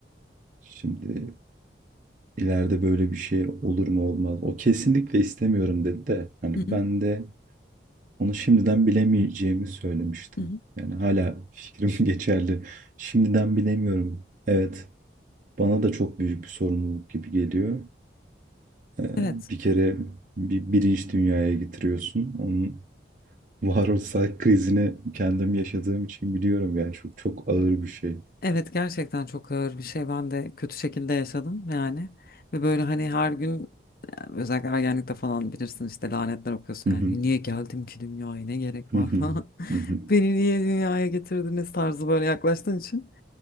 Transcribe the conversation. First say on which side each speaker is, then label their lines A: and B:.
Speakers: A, on the right; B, on the left.
A: şimdi ileride böyle bir şey olur mu olmaz. O kesinlikle istemiyorum dedi de hani
B: Hı hı.
A: ben de onu şimdiden bilemeyeceğimi söylemiştim.
B: Hı hı.
A: Yani hala fikrim <laughs> geçerli. Şimdiden bilemiyorum. Evet, bana da çok büyük bir sorumluluk gibi geliyor. Ee,
B: Evet.
A: Bir kere bir bilinç dünyaya getiriyorsun. Onun varoluşsal <laughs> krizini kendim yaşadığım için biliyorum yani çok çok ağır bir şey.
B: Evet gerçekten çok ağır bir şey. Ben de kötü şekilde yaşadım yani. Ve böyle hani her gün yani özellikle ergenlikte falan bilirsin işte lanetler okuyorsun
A: Hı hı,
B: yani. Niye geldim ki dünyaya ne gerek
A: hı
B: var
A: hı,
B: falan. <laughs>
A: hı hı,
B: Beni niye dünyaya getirdiniz tarzı böyle yaklaştığın için.